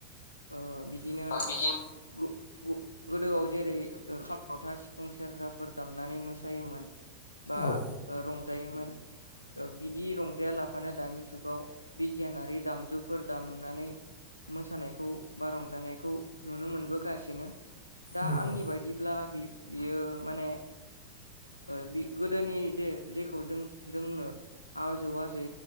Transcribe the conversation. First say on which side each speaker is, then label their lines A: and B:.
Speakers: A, on the left; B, on the left.
A: ओ बि बिदिनो
B: ओनसोलाव बिदि
A: गु-गु दि गोदोआव जेरै ओ खामावथा सिफुं सेरजाफोर दामनानै मोसायोमोन। बा
B: औ
A: रं जायोमोन बिदि रंजाया लाफानो दानि जुगाव बिगियानारि दामजुफोर दामनानै मोसानायखौ बा रंजानायखौ नुनो मोनबोगासिनो। दा
B: नंगौ
A: आंनि बायदिब्ला बि बियो माने ओ बि गोदोनि जे जेखौ जों जोंनो आजौ आजै